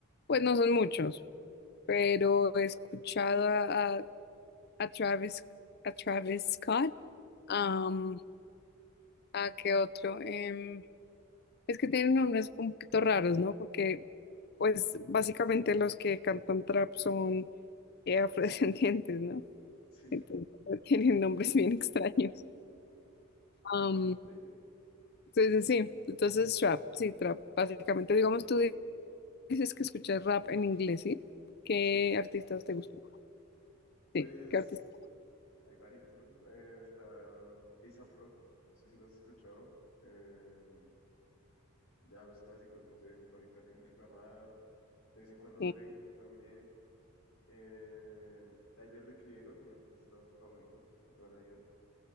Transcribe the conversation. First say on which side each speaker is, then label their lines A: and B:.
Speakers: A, on the left (about 45°); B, on the left (about 65°).
A: Pues no son muchos, pero he escuchado a, a Travis, a Travis Scott. Am, ¿a qué otro? Em, es que tienen nombres un poquito raros, ¿no? Porque, pues, básicamente los que cantan trap son eh, afrodescendientes, ¿no?
B: Sí,
A: Entonces, <laughs> tienen nombres bien extraños.
B: te
A: Am,
B: comprendo.
A: sí, sí, sí. Entonces, trap, sí, trap. Básicamente, digamos, tú di- dices que escuchas rap en inglés, ¿sí? ¿Qué
B: Sí,
A: artistas te gustan?
B: pues
A: Sí, ¿qué artistas?
B: hay varios, ¿no? Eh, está A$AP Rocky, no sé si lo has escuchado. Eh, ya los clásicos, no sé, ahorita Kendrick Lamar, de vez en cuando
A: Sí,
B: Drake también. Eh, Tyler, The Creator, mi artista favorito de toda la vida.